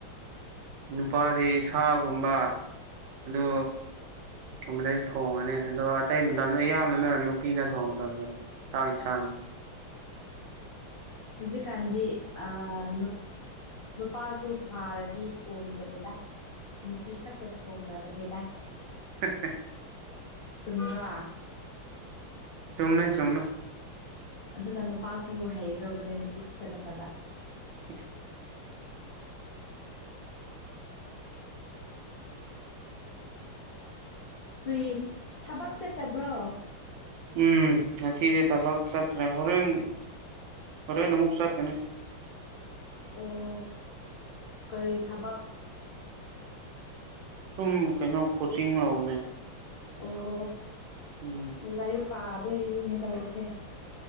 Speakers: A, on the right; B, on the left.
A: ꯅꯨꯄꯥꯗꯤ ꯁꯥꯒꯨꯝꯕ ꯑꯗꯨ ꯒꯨꯝꯕꯗꯤ ꯊꯣꯡꯉꯅꯤ ꯑꯗꯣ ꯑꯇꯩ ꯃꯇꯝꯗ ꯑꯌꯥꯝꯕꯅ ꯅꯨꯄꯤꯅ ꯊꯣꯡꯒꯗꯕꯅꯦ <unintelligible>
B: ꯍꯧꯖꯤꯛꯀꯥꯟꯗꯤ ꯑ ꯅꯨꯞ ꯅꯨꯄꯥꯁꯨ ꯐꯥꯔꯗꯤ ꯊꯣꯡꯕꯅꯤꯗ ꯅꯨꯄꯤ ꯈꯛꯇ ꯊꯣꯡꯗꯕꯅꯤꯗ
A: <unintelligible>
B: <unintelligible>
A: ꯆꯨꯝꯃꯦ ꯆꯨꯝꯃꯦ
B: ꯑꯗꯨꯅ ꯅꯨꯄꯥꯁꯨ ꯍꯩꯒꯗꯧꯕꯅꯦ ꯅꯨꯄꯤ ꯈꯛꯇ ꯅꯠꯇꯕ
A: <unintelligible>
B: ꯐ꯭ꯔꯤ ꯊꯕꯛ ꯆꯠꯇꯕ꯭ꯔꯣ
A: ꯎꯝ ꯉꯁꯤꯗꯤ ꯊꯕꯛ ꯁꯠꯇ꯭ꯔꯦ ꯍꯣꯔꯦꯟ ꯍꯣꯔꯦꯟ ꯑꯃꯨꯛ ꯆꯠꯀꯅꯤ
B: ꯑꯣ ꯀꯔꯤ ꯊꯕꯛ
A: ꯁꯨꯝ ꯀꯩꯅꯣ ꯀꯣꯆꯤꯡ ꯂꯧꯕꯅꯦ
B: ꯑꯣ
A: ꯎꯝ
B: ꯂꯥꯏꯔꯤꯛ ꯄꯥꯗꯣꯏꯔꯤꯅꯤꯅꯦ ꯇꯧꯔꯤꯁꯦ